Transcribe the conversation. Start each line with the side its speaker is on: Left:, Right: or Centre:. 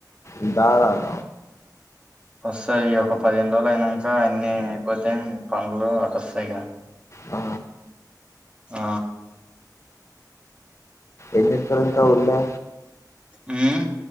Left: ఇధారద
Right: వస్తాయి ఒక పదిహేను రోజులు అయినాక అన్ని అయిపోతే పనులు అటు వస్తాయి
Left: ఆ
Right: ఆ
Left: ఏజ ఇత్ర కవుర్లే
Right: ఉమ్